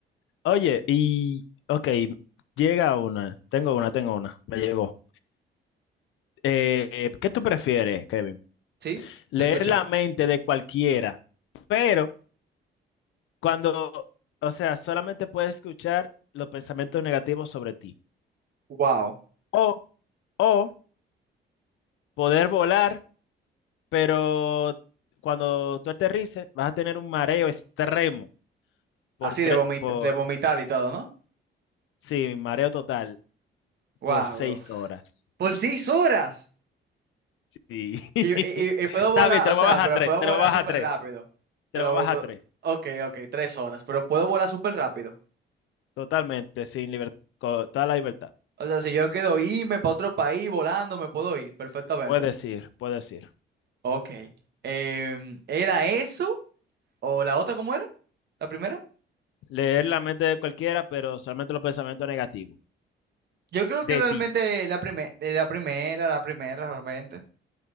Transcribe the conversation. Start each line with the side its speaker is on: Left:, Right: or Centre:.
Left: Oye, y, ok, llega una, tengo una, tengo una, me llegó. eh, ¿qué tú prefieres, Kevin?
Right: Sí,
Left: Leer
Right: te escucho.
Left: la mente de cualquiera, pero cuando, o sea, solamente puedes escuchar los pensamientos negativos sobre ti.
Right: Wow.
Left: O, o poder volar, pero cuando tú aterrices vas a tener un mareo extremo por
Right: Así
Left: tres,
Right: de vomit-
Left: por,
Right: de vomitar y todo, ¿no?
Left: sí, mareo total
Right: Wow.
Left: por seis horas.
Right: Por seis horas.
Left: Sí. <laughs>
Right: Y, y- y- y puedo
Left: Está
Right: volar,
Left: bien, te lo
Right: o sea,
Left: voy a bajar
Right: pero
Left: a tres,
Right: puedo
Left: te
Right: volar
Left: lo voy a
Right: súper
Left: bajar a tres,
Right: rápido.
Left: te
Right: Pero,
Left: lo voy a bajar a tres.
Right: ok, ok, tres horas, pero puedo volar súper rápido.
Left: Totalmente, sin libertad, toda la libertad.
Right: O sea, si yo quiero irme para otro país volando, me puedo ir perfectamente.
Left: Puedes ir, puedes ir.
Right: Ok. Em, ¿era eso? ¿O la otra cómo era? ¿La primera?
Left: Leer la mente de cualquiera, pero solamente los pensamientos negativos.
Right: Yo creo
Left: De
Right: que realmente
Left: ti.
Right: la primera, la primera, la primera realmente.